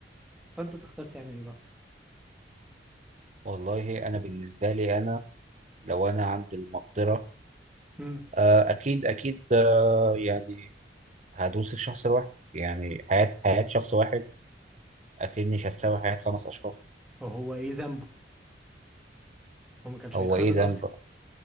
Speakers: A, in the centre; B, on the right (about 40°).
A: فانت تختار تعمل ايه بقى
B: والله انا بالنسبه لي انا لو انا عندي المقدره
A: امم
B: آه، اكيد اكيد آه، يعني هدوس الشخص الواحد يعني حياه حياه شخص واحد اكيد مش هتساوي حياه خمس اشخاص
A: وهو ايه ذنبه هو ما كانش
B: هو
A: هيتخبط
B: ايه ذنب
A: اصلا
B: بقى؟